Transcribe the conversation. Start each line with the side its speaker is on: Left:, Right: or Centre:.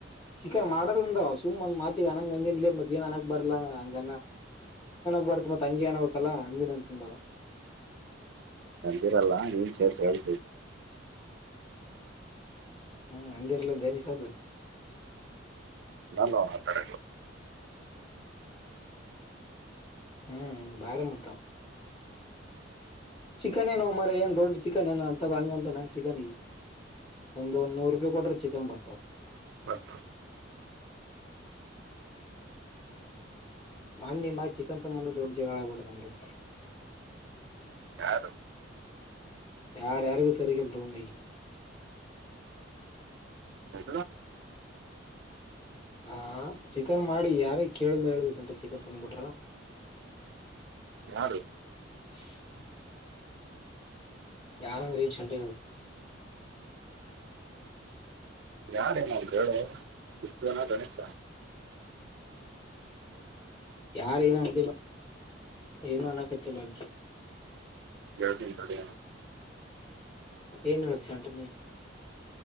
Left: ಚಿಕನ್ ಮಾಡದ ಅಂದ ಸು್ ಒ್ ಮಾತಿಗ್ ಅನಂಗ ಅಂದನ್ೇ ಮಏನ್ ಅನಕ್ ಬರ್ಲ ಹಂಗ ಗ್ಬಾರತ ಮತ್ತ ಅಂಗಗೆ ಅನ್ಬೇಕಕ್ಲ್ಲ ಅಂದಿನಂತಂದ
Right: ನಂದಿರಲ್ಲ ನೀನ್ ಸೇರ್ಸ ಹೇಳಿ
Left: ಹ್ಮ್ ಅಂದಿರ್ಲ್ಲ ದನಿಸ ಅದು
Right: ನ ನಣ ತರ
Left: ಹ್ಮ್ ಭಾರಿ ಮತ್ತ ಚಿಕನ್ ಏನೋ ಮರ ಏನ್ ದೊಡ್ ಚಿಕನ್ ಏನ ಅಂತ ಬಂಗ ಅಂತ ನಾನ್ ಚಿಕನ್ ಒಂದ ಒ ನೂರು ರೂಪಾಯಿ ಕೊಟ್ರೆ ಚಿಕನ್ ಬರ್ತದ
Right: ಮತ
Left: ಮಾನ್ಯಮ್ಮ ಚಿಕನ್ ಸಂಬಂಧ ದೊಡ್ಡ ಜಗಳಬಟ್ಟ ನಂಟ
Right: ಯಾರು
Left: ಯಾರ ಯಾರಗ ಸರಿ ಕೆಲ್ರುಂಗ
Right: ಎ
Left: ಹಾ ಚಿಕನ್ ಮಾಡಿ ಯಾರ ಕೇಳ್ದ ಹೇಳ್ದಂಟ ಚಿಕನ್ ತಂದಬಿಟ್ರ
Right: ಯಾರು
Left: <inaudible> ಯಾರುಂದ್ರ ಶಟ
Right: ಯಾರೇನಾರರು ಹೇಳ ಸ್ದನ ಗಣೇಶ
Left: ಯಾರ ಏನ ಅಂತಿಲ್ಲ ಐನ ಅನ್ನ ಕತ್ತಲ್ಲ ಅದ
Right: ಕೇಳ್ತೀನಿ ತಡಿ
Left: ಏನ್ ಹೇಳಸಂಟ್ರ ನೀನ್